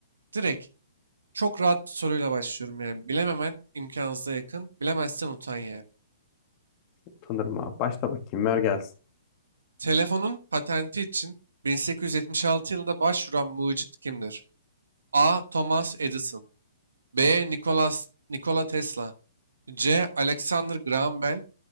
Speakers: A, on the right; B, on the left.
A: direkt çok rahat bir soruyla başlıyorum yani. Bilememen imkansıza yakın. Bilemezsen utan yani.
B: Utanırım abi. Başla bakayım ver gelsin.
A: Telefonun patenti için 1876 yılında başvuran mucit kimdir? A. Thomas Edison B. Nicolas, Nikola Tesla. C. Alexander Graham Bell.